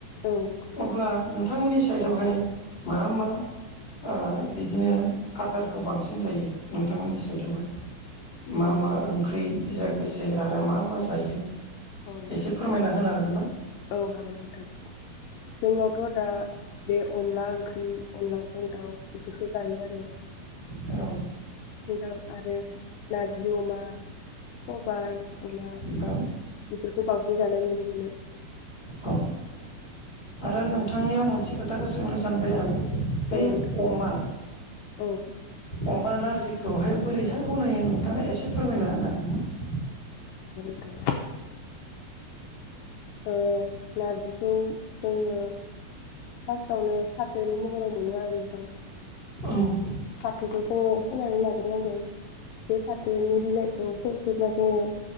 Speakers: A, on the left; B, on the left.
A: औ नंगौ
B: अब्ला नों नोंथांमोननि साइडावहाय मा
A: औ
B: मा ओ बिदि <unintelligible> आदारखौ बांसिन जायो नोंथांमोननि साइदआवहाय मा
A: अ
B: मा ओंख्रि बेजों लोगोसे आरो मा मा जायो
A: औ
B: एसे फोरमायना होनो हागोन ना?
A: औ हागोन नोंथां जोंनावथ' दा बे अनला ओं ओख्रि अनलाजों दाउ बेफोरखो जायो आरो
B: औ
A: दाउ आरो नारजि अमा सबाय अमा
B: औ
A: <unintelligible> बेफोरखौ बांसिन जानाय नुनो मोनो
B: औ आरो नोंथांनियाव मोनसे खोथाखो सोंनो सानबाय आं बे
A: औ नोंथां
B: अमा
A: औ
B: अमा नारजिखौहाय बोरैहाय रूनाय नोंथाङा एसे फोरमायना होनो हागोन्ना
A: <unintelligible> ओ नारजिखौ जोङो फार्स्टआवनो फाथोनि महराव मोनो आरो नोंथां
B: औ औ औ
A: फाथोखो ज जोङो फोनानै लाग्रोनांगोन बे फाथोनि बिलाइखौ फोसेबना जोङो